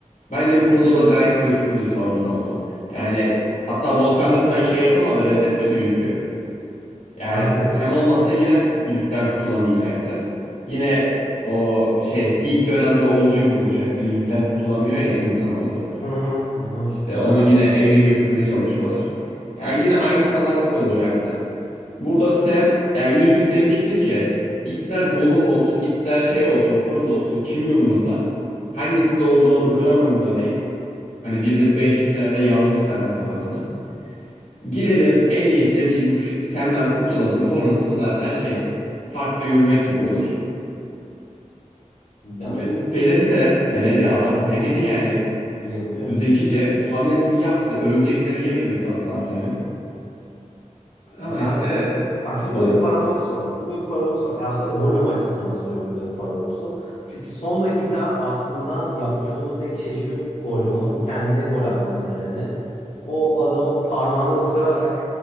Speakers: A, on the left; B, on the left.
A: Bence Frodo da gayet götürürdü Sauron'a onu. Yani hatta Volkan da ta şey yapamadı, reddetmedi yüzüğü. Yani
B: Aynen.
A: Sam olmasa yine yüzükten kurtulamayacaktı. Yine o şey ilk dönemde olduğu gibi olacaktı. Yüzükten kurtulamıyor ya insanoğlu.
B: Hı hı hı. hı.
A: İşte onu
B: Evet.
A: yine evine götürmeye çalışıyorlar. Yani yine aynı salaklık olacaktı. Burada Sam e, yüzük demiştir ki ister Gollum olsun ister şey olsun Frodo olsun kimin umrunda? Hangisinde olduğu gram umrunda değil. Hani birini 500 senede yarmış zaten kafasını. Gidelim en iyisi biz bu ş- Sam'den kurtulalım. Sonrası zaten şey parkta yürümek gibi olur.
B: Yani
A: Ben- Denedi de denedi adam denedi yani
B: yapıyor.
A: zekice hamlesini yaptı. Örümceklere yem ediyordu az daha Sam'i. Ama
B: Ben
A: işte
B: bak
A: tutmadı.
B: burada bir paradoks var. Burada bir paradoks var. E aslında Gollum açısından söylüyorum buradaki paradoksu. Çünkü son dakika aslında yapmış olduğu tek şey şu Gollum'un kendine gol atması yani. O adamın parmağını ısırarak